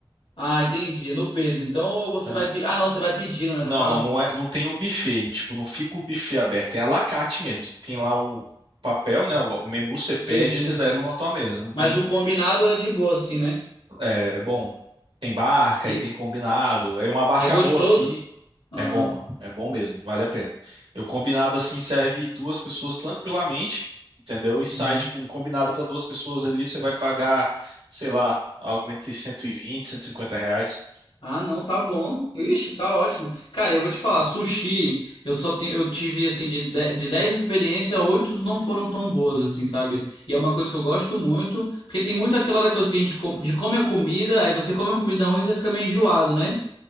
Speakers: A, on the left; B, on the right.
A: Ah, entendi. É No peso. Então ou você
B: Ah,
A: vai. pe- Ah, não, você vai pedindo, né?
B: Não,
A: No caso.
B: não, não é, não tem o buffet. Tipo, não fica o buffet aberto. É à la carte mesmo. Você tem lá o papel, né? O, o menu você pede,
A: Sim, sim,
B: eles
A: sim.
B: levam na tua mesa. Não tem,
A: Mas o combinado é de boa, assim, né?
B: é, é bom, tem barca
A: E
B: e tem combinado. É uma barca
A: é gostoso.
B: boa assim
A: Ah,
B: É bom, mano. É bom mesmo, vale a pena. Eu combinado assim serve duas pessoas tranquilamente, entendeu? E sai
A: uhum.
B: tipo um combinado para duas pessoas ali, você vai pagar, sei lá, algo entre cento e vinte, cento e cinquenta reais.
A: Ah, não, tá bom. Ixi, tá ótimo. Cara, eu vou te falar, sushi, eu só tenho, eu tive assim de de- de 10 experiências, oito não foram tão boas assim, sabe? E é uma coisa que eu gosto muito, porque tem muito aquela da coisa que a gente com- de come a comida, aí você come a comida ruim e você fica meio enjoado, né?